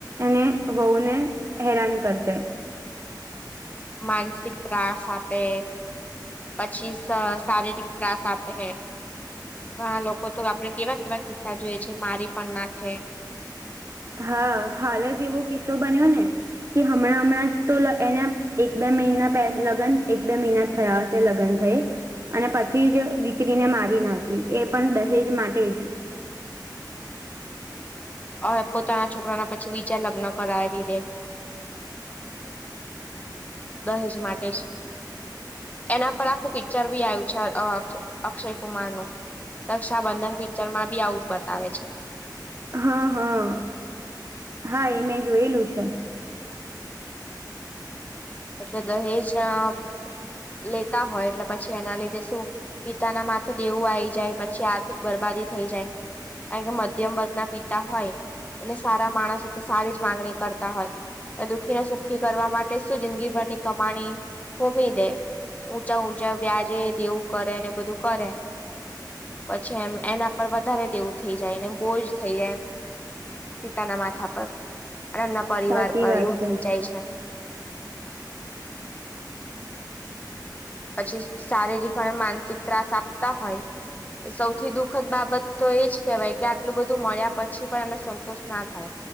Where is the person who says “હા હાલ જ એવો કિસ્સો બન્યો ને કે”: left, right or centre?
Right